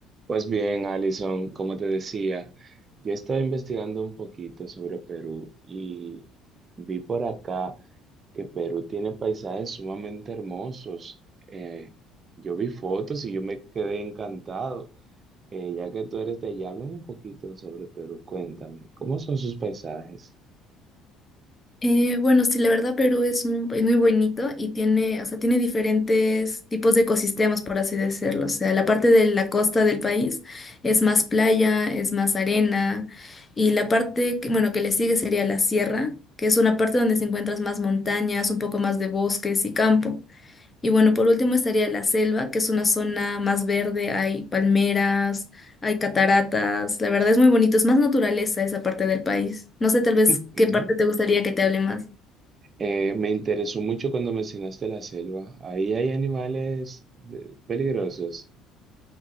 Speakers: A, on the right; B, on the left.
A: Pues bien, Alison, como te decía, yo estaba investigando un poquito sobre Perú y vi por acá que Perú tiene paisajes sumamente hermosos. Eh, yo vi fotos y yo me quedé encantado. Eh, ya que tú eres de allá, háblame un poquito sobre Perú, cuéntame, ¿cómo son sus paisajes?
B: Eh, bueno, sí, la verdad Perú es, un- es muy bonito y tiene, o sea, tiene diferentes tipos de ecosistemas, por así decirlo. O sea, la parte de la costa del país es más playa, es más arena y la parte que, bueno, que le sigue sería la sierra, que es una parte donde se encuentras más montañas, un poco más de bosques y campo. Y bueno, por último estaría la selva, que es una zona más verde, hay palmeras, hay cataratas, la verdad es muy bonito, es más naturaleza esa parte del país. No sé tal vez
A: <laughs>
B: qué
A: Ujú.
B: parte te gustaría que te hable más.
A: Eh, me interesó mucho cuando mencionaste la selva. Ahí hay animales de- peligrosos.